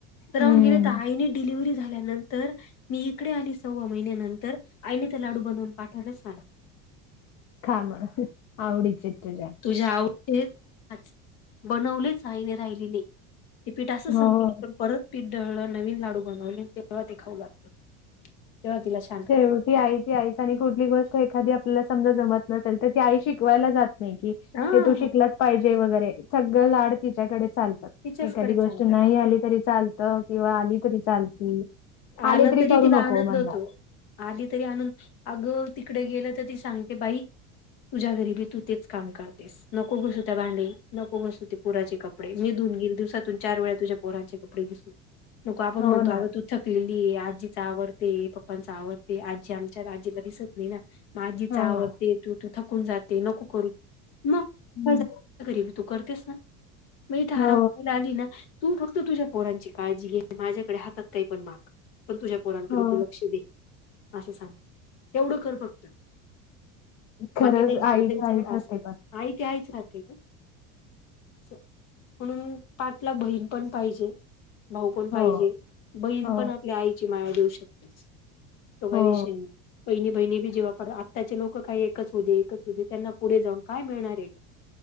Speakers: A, on the left; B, on the left.
A: तर
B: हम्म.
A: राहून गेले तर आईने डिलिव्ही झाल्यानंतर- मी इकडे आली सव्वा महिन्यानंतर, आईने त्या लाडू बनवून पाठवलेच मला.
B: खा म्हण, आवडीचे तुझ्या.
A: तुझ्या आवड <unintelligible> बनवलीच आहेईने राहिली नाही. ति पीठ असं
B: हो.
A: <unintelligible> परत पीठ दळलं, नवीन लाडू बनवले, तेव्हा ते खाऊ लागले तेव्हा तिला श-
B: शेवटी आईच. ते आईच ऐकुन कुठली गोष्ट एखादी आपल्याला समजा जमत नसेल तर, ती आई शिकवायला जात नाही की-
A: हा
B: हे तू शिकलाच पाहिजे वगैरे, सगळं लाड तिच्याकडे चालते.
A: तिच्याचकडे
B: एखादी गोष्ट
A: चालतात.
B: नाही आली तरी चालत किंवा आली तरी चालती.
A: आलं
B: आली
A: तरी
B: करू
A: तिला
B: नको
A: आनंद
B: म्हणणार.
A: होतो. आली तरी आणनू, अगं तिकडे गेलं तर ती सांगते बाई- तुझ्या घरीबी तू तेच काम करते. नको घसू त्या भांडे, नको घसूते पोराचे कपडे, मीधुन गेल दिवसातून चार वेळा तुझ्या पोराचे कपडे घस-
B: <inaudible>
A: नको आपणो
B: ना.
A: अग पिळली आजीचा आवडते पप्पांचा आवडते आजी आमच्या आजीला दिसत नाही ना. माझीच
B: हां
A: आवडते
B: हां.
A: तू तू थकून जाते नको करू मग.
B: हम्म
A: गरीिबी तू करतेस ना मी धारा
B: हो
A: मला आली ना. तू फक्त तुझ्या पोरांची काळजी घे माझ्याकडे हातात काही पण माग. पण तुझ्या पोरा कडे
B: हो
A: तू लक्ष दे असं सांगते तेवढं कर फक्त.
B: खरंच
A: बाकी नाही
B: आईच
A: गेलं तरीच
B: आईच
A: आहे असेल
B: असते पण
A: आई ते आहेच राहते का. म्हणून पाठला बहीण पण पाहिजे. भाऊ पण पाहिजे
B: हो
A: बहीण
B: हो
A: पण आपल्या आईची माया देऊ शकते. तो काय
B: हो
A: विषय नाही. बहिणी बहिणी बी जेव्हा पड आताचे लोक काही एकच होते एकच होते त्यांना पुढे जाऊन काय मिळणार आहे का?